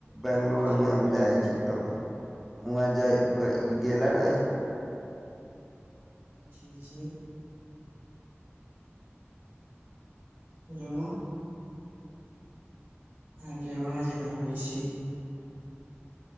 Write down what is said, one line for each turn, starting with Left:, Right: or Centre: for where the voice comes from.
Centre: बंगलोर
Right: जी
Centre: में हम जाइ छी तऽ, वहं ज गेला रहै छी।
Right: अच्छा जे हेलो! <unintelligible> अहाँके आवाज एना होइ छै।